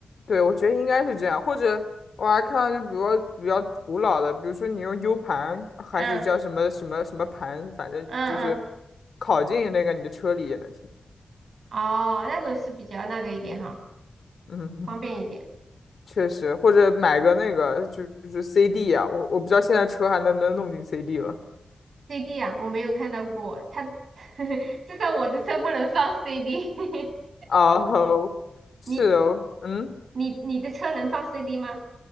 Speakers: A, on the left; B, on the right.
A: 对，我觉得应该是这样，或者我还看到就比如说比较古老的，比如说你用 U 盘还是叫什么什么什么盘，
B: 嗯
A: 反正就是
B: 嗯嗯，
A: 拷进那个你的车里也能听。
B: 哦，那种是比较那个一点哈，
A: 嗯，
B: 方便一点。
A: <laughs> 确实，或者买个那个就就是 CD 啊，我我不知道现在车还能不能弄进 CD 了。
B: CD 啊，我没有看到过，它 <laughs> 至少我的车不能放 CD。<laughs>
A: 哦，<laughs> 是哦，
B: 你
A: 嗯，
B: 你你的车能放 CD 吗？